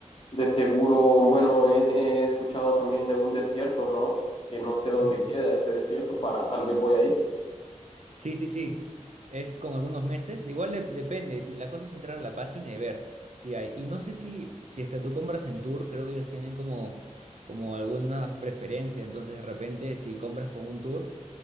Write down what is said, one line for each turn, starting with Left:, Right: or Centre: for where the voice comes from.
Left: de seguro, bueno, he, he escuchado también de un desierto, ¿no? Que no sé dónde
Right: Ujú.
Left: queda ese desierto, para tal vez voy ahí.
Right: Sí, sí, sí. Es con algunos meses. de Igual le- depende. ti- La cosa es entrar a la página y ver si hay. Y no sé si, si es que tú compras en tour, creo que ellos tienen como, como alguna preferencia. Entonces, de repente, si compras con un tour,